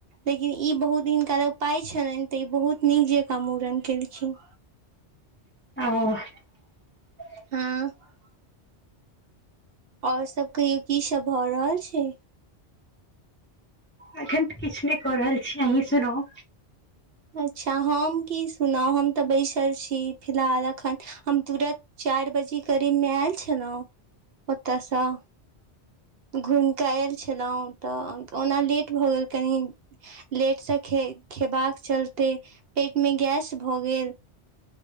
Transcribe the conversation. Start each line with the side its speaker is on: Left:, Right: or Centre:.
Right: लेकिन ई बहुत हिनका लग पाय छलनि तऽ ई बहुत निक जेका मुड़न खेलखिन
Left: ह
Right: हँ और सब कहियौ की सब भऽ रहल छै
Left: एखन तऽ किछ नहि कऽ रहल छी अहीं सुनाउ
Right: अच्छा हम की सुनाउ हम तऽ बैसल छी फिलहाल अखन हम तुरत चार बजे करीब मे आयल छै ने ओतयसँ घुम कऽ आयल छलहुँ तऽ ओना लेट भऽ गेल कनि लेटसँ खे खेबाक चलते पेट मे गैस भऽ गेल